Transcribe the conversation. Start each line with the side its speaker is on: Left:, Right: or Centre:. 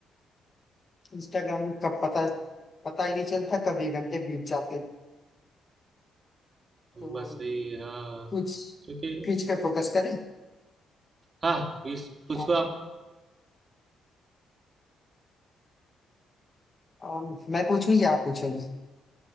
Left: इंस्टाग्राम का पता पता ही नहीं चलता कब ये घंटे बीत जाते हैं।
Right: तो
Left: तो
Right: बस सही है हाँ
Left: कुछ
Right: क्योंकि
Left: क्विज पे फोकस करें
Right: हाँ इस पूछो
Left: आप
Right: आप
Left: अम, मैं पूछूं या आप पूछेंगे